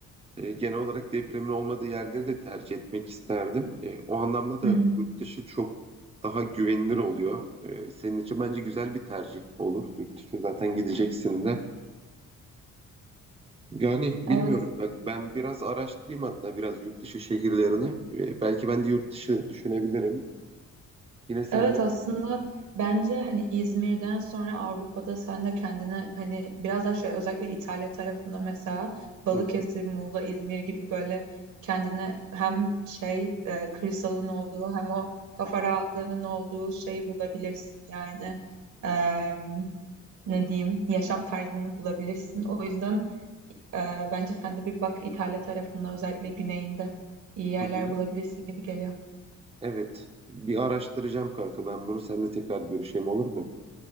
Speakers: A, on the right; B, on the right.
A: e, genel olarak depremin olmadığı yerleri de tercih etmek isterdim. E, o anlamda da
B: Hı hı.
A: yurt dışı çok daha güvenilir oluyor. E, senin için bence güzel bir tercih olur. Yurt dışı zaten gideceksin de. Yani bilmiyorum.
B: Evet.
A: Bak ben biraz araştırayım hatta biraz yurt dışı şehirlerini. Ee, belki ben de yurt dışı düşünebilirim. Yine senle.
B: Evet aslında bence hani İzmir'den sonra Avrupa'da sen de kendine hani biraz daha şey özellikle İtalya tarafında mesela Balıkesir,
A: Hı hı,
B: Muğla, İzmir gibi böyle kendine hem şey e, kırsalın olduğu hem o kafa rahatlığının olduğu şeyi bulabilirsin yani Em, ne diyeyim yaşam tarzını bulabilirsin. O yüzden Ee, bence sen de bir bak İtalya tarafında özellikle güneyinde iyi yerler
A: hı hı.
B: bulabilirsin gibi geliyor.
A: Evet. Bir araştıracağım kanka. Ben bunu seninle tekrar görüşeyim olur mu?